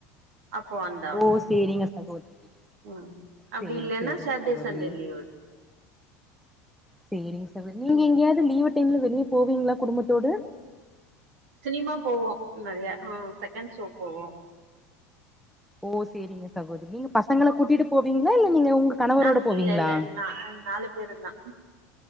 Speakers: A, on the right; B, in the centre.
A: அப்போ வந்தாவணு
B: ஓ செரிங்க சகோதரி
A: ம் அப்டி
B: செரி
A: இல்லன்னா
B: செரிங்க
A: சாட்டர்டே
B: சகோதரி
A: சண்டே லீவ் விடு
B: செரிங்க சகோதரி நீங்க
A: ம்
B: எங்கயாவ லீவு நீங்களும் வெளியே போவீங்களா குடும்பத்தோடு
A: சினிமா போவோம் நறைய ஆ செகண்ட் ஷோ போவோம்
B: ஓ செரிங்க சகோதரி நீங்க பசங்கள கூட்டிட்டு போவீங்களா இல்ல நீங்க உங்க கணவரோட
A: ஆம்
B: போவீங்களா
A: இல்ல இல்ல நா நாலு பேரு தா